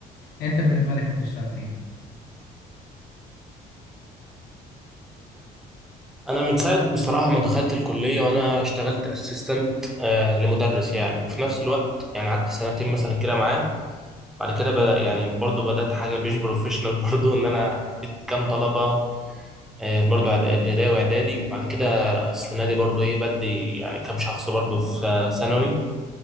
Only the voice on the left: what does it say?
أنت بالنسبة لك أنت اشتغلت إيه؟